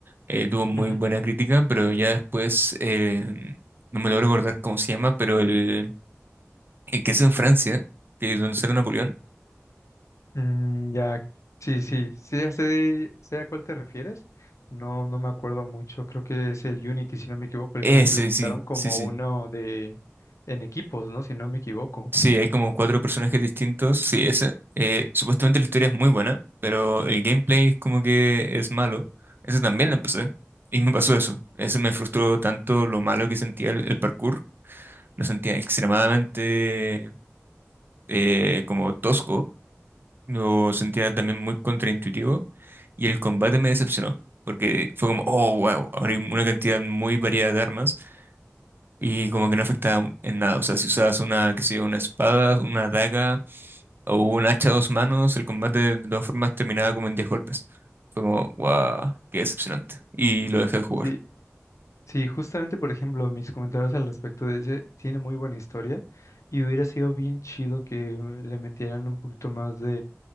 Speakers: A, on the right; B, on the left.
A: eh, tuvo muy
B: Ujú.
A: buena crítica, pero ya después eh, no me logro recordar cómo se llama, pero el, el que es en Francia, que es donde sale Napoleón.
B: Mm, ya, sí, sí, sí, ya sé, sé a cuál te refieres. No, no me acuerdo mucho. Creo que es el Unity, si no me equivoco, el
A: Ese,
B: que implementaron
A: sí,
B: como
A: sí, sí.
B: uno
A: Sí,
B: de en equipos, ¿no? Si no me equivoco.
A: Sí, hay como cuatro personajes distintos. Sí, ese. Eh, supuestamente la historia es muy buena, pero el gameplay es como que es malo. Ese también lo empecé. Y me pasó eso. Ese me frustró tanto lo malo que sentía el, el parkour. Lo sentía extremadamente eh, como tosco. Lo sentía también muy contraintuitivo. Y el combate me decepcionó. Porque fue como, oh, wow, ahora hay una cantidad muy variada de armas. Y como que no afectaba en nada. O sea, si usabas una, qué sé yo, una espada, una daga o un hacha a dos manos, el combate de todas formas terminaba como en 10 golpes. Fue como, wow, qué decepcionante. Y lo dejé de jugar.
B: Sí, sí, justamente, por ejemplo, mis comentarios al respecto de ese tiene muy buena historia y hubiera sido bien chido que eh, le metieran un poquito más